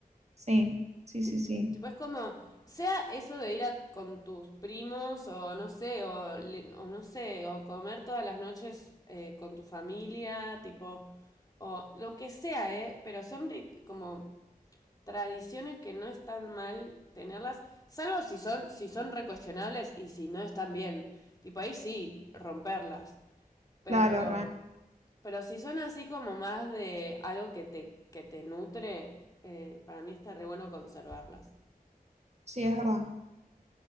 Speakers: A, on the right; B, on the left.
A: Sí, sí, sí,
B: Tip-
A: sí.
B: Tipo, es como, sea eso de ir a- con tus primos o no sé, o, le- o no sé, o comer todas las noches eh, con tu familia, tipo, o lo que sea, ¿eh? Pero son rit- como tradiciones que no están mal tenerlas, salvo si son, si son recuestionables y si no están bien. Tipo, ahí sí, romperlas. Pero...
A: Claro, re.
B: Pero si son así como más de algo que te, que te nutre, eh, para mí está re bueno conservarlas.
A: Sí, es verdad.